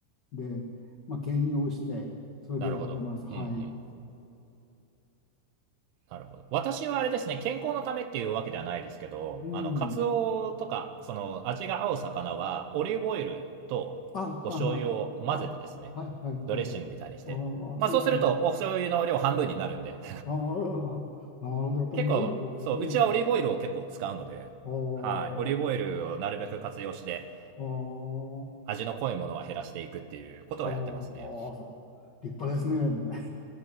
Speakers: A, on the left; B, on the right.
A: で、まあ、兼用して、それでやってます。
B: なるほど。
A: はい。
B: うんうん。なるほど。私はあれですね、健康のためっていうわけではないですけど、
A: うん。
B: あの、カツオとか、その、味が合う魚は、オリーブオイルとお醤油を混ぜてですね、
A: あ、はは、は、はいはいはい。
B: ドレッシングみたいにして。
A: ああ、
B: まあそうすると、
A: そうですね。
B: お醤油の量半分になるんで
A: ああ、なるほど。やっぱりいろいろと。
B: 結構、そう、
A: うん。
B: うちはオリーブオイルを結構使うので、
A: ああ、
B: はい。オリーブオイルをなるべく活用して、
A: はあ。
B: 味の濃いものは減らしていくっていうことはやってますね。
A: ああ、ああ立派ですね、みたいな。